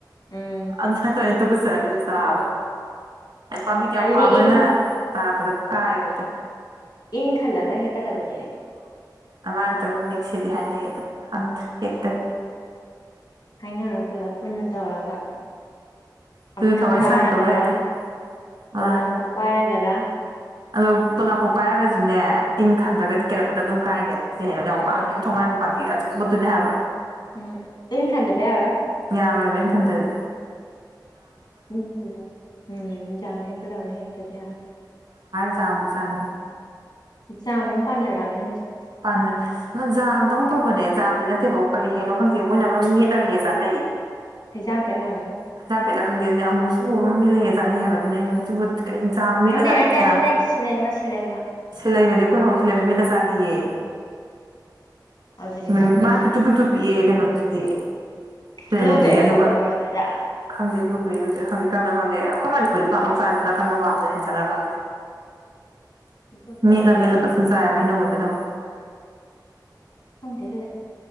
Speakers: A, on the left (about 75°); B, on the right (about 85°).
A: ꯎꯝ
B: ꯑꯟꯁꯔ ꯇꯧ <unintelligible> ꯑꯩ ꯄꯝꯕꯤꯗꯣ ꯌꯥꯝ
A: ꯑꯗꯨꯗꯤ
B: ꯋꯥꯡꯕꯅꯤꯅ
A: ꯏꯟ
B: ꯇꯥꯔꯛꯄꯗ ꯀꯥꯏꯌꯦꯕꯗ
A: ꯏꯟ ꯈꯜꯂꯒ ꯍꯦꯛꯀꯗꯕꯅꯤꯅꯦ
B: ꯑꯃꯅꯪ ꯅꯤꯛꯁꯤꯗꯤ ꯍꯥꯏꯅꯩ ꯑꯗꯨꯝ ꯈꯪꯗ꯭ꯔꯦ ꯍꯦꯛꯇꯔꯤ
A: ꯍꯥꯏꯅꯔꯣ ꯄꯨꯂꯞ ꯄꯨꯟꯅ ꯇꯧꯔꯒ
B: ꯑꯗꯨ
A: ꯑꯃꯅ
B: ꯊꯋꯥꯏ
A: ꯀꯥꯔꯒꯔꯥ
B: ꯁꯪꯗꯕ ꯍꯦꯛꯇ ꯃꯥꯅꯤ
A: ꯄꯣꯂꯥꯡꯈꯣꯛ ꯄꯥꯏꯔꯒ ꯇꯒ
B: ꯑꯗꯣ ꯄꯣꯂꯥꯡꯀꯣꯛ ꯄꯥꯏꯔꯒꯁꯨꯅꯦ ꯏꯟ ꯈꯟꯗ꯭ꯔꯒꯗꯤ ꯀꯦꯜꯂꯛꯄꯗ ꯑꯗꯨꯝ ꯀꯥꯏꯅꯦꯕ ꯅꯠꯇꯦ ꯌꯥꯝ ꯋꯥꯡꯉꯦꯕ
A: ꯍꯣꯏ
B: ꯊꯣꯡꯅꯥꯎ ꯅꯤꯄꯥꯥꯟꯕꯤꯗ ꯑꯣꯃꯗꯨꯅꯦ ꯍꯥꯏꯕ
A: ꯎꯝ ꯏꯟ ꯈꯟꯗꯕ ꯌꯔꯣꯏ
B: ꯌꯥꯔꯣꯏꯕ ꯏꯟ ꯈꯟꯗꯗꯤ
A: ꯎꯝ ꯍꯜꯂꯣ ꯎꯝ ꯖꯥꯝ ꯍꯦꯛꯄ ꯗꯧꯅ ꯍꯦꯛ ꯠꯇꯗꯤ
B: ꯖꯥꯝ ꯃꯆꯥꯅꯤ
A: ꯖꯥꯝꯃꯨꯛ ꯄꯥꯟꯅꯔꯛꯑꯕꯅꯦ ꯍꯧꯖꯤꯛ
B: ꯄꯥꯟꯅꯔꯦ ꯑꯃ ꯖꯥꯝꯗꯧꯅ ꯇꯧꯕꯅꯦ ꯖꯥꯝꯗꯤ ꯅꯠꯇꯦꯕ ꯀꯔꯤ ꯍꯥꯏꯅꯣ ꯈꯪꯗꯦ ꯃꯣꯏꯅ ꯑꯃ ꯃꯦꯠꯂꯒꯦ ꯆꯥꯅꯩꯌꯦ
A: ꯍꯩꯖꯥꯝꯄꯦꯠ ꯑꯣꯏꯔꯝꯅꯤ
B: ꯍꯩꯖꯝꯄꯦꯠꯂ ꯈꯪꯗꯦ ꯌꯥꯝ ꯃꯨ ꯍꯣ ꯃꯦꯠꯂꯒ ꯍꯦꯛ ꯆꯅꯩꯕ ꯗꯨꯨꯅꯦ ꯑꯩꯅ ꯃꯨꯟꯁꯨ ꯃꯨꯟ ꯖꯥꯝ ꯃꯦꯠꯂ
A: ꯅꯠꯇꯦ ꯅꯠꯇꯦ ꯅꯠꯇꯦ ꯁꯤꯂꯩꯃ ꯁꯤꯂꯩꯃ
B: ꯁꯤꯜꯍꯩꯕꯗꯤ ꯑꯩꯈꯣꯏ ꯍꯥꯎ ꯁꯤꯜꯍꯩꯕ ꯃꯤꯠꯂ ꯇꯗꯤꯌꯦ
A: ꯑꯗꯨꯗꯤ
B: ꯎꯝ
A: ꯀꯩ ꯑꯣꯏꯗꯣꯏꯅꯣ
B: ꯃꯥ ꯄꯤꯛꯇꯨ ꯄꯤꯛꯇꯨ ꯄꯤꯛꯑꯦ ꯀꯩꯅꯣꯗꯨꯗꯤ ꯁꯤꯗꯃꯗꯤ
A: ꯕ꯭ꯂꯨꯕꯦꯔꯤ
B: ꯑꯗꯨꯒ
A: ꯑꯣꯏꯗꯣꯏꯔꯣ ꯑꯗꯨꯗꯤ
B: ꯈꯪꯗꯦ ꯕ꯭ꯂꯨꯕꯦꯔꯤ ꯑꯣꯏꯗꯨꯏꯔ ꯈꯪꯗꯦ ꯀꯃꯥꯏꯅ ꯈꯪꯗꯦꯈꯣꯏ ꯃꯅꯤꯄꯨꯔꯗꯤ ꯄꯥꯛꯅ ꯆꯥꯗꯦꯅ ꯑꯁꯣꯟ ꯃꯄꯥꯟꯗꯅ ꯍꯦꯟꯅ ꯆꯥꯟꯅꯕ ꯈꯪꯗꯦ
A: ꯕ꯭ꯂꯨꯕꯦꯔꯤ
B: ꯃꯦꯠꯂ
A: ꯑꯣꯏꯔꯝ
B: ꯃꯦꯠꯂ ꯐꯖꯟꯅ ꯆꯥꯏꯑꯕ ꯍꯩꯅꯧ ꯑꯗꯣ
A: ꯈꯪꯗꯦꯗꯨꯗꯤ